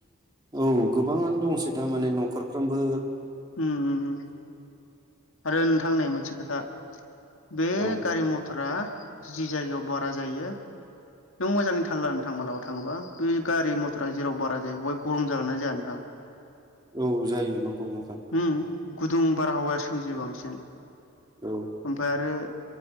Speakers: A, on the right; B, on the left.
A: औ गोबाङानो दंसै दा माने न खरफ्रोम बो
B: ओम आरो नोंथां नै मोनसे खोथा बे
A: औ
B: गारि मथरा जि जायगायाव बारा जायो नों मोजाङै थालला नोंथां मालाबा थाङोबा बे गारि मथरा जेराव बारा जायो बेहाय गरम जागोना जाया नोंथां?
A: औ जायो नंग नंगौ नोंथां।
B: उम गुदुं बारहावाया सोमजियो बांसिन
A: औ
B: ओमफ्राय आरो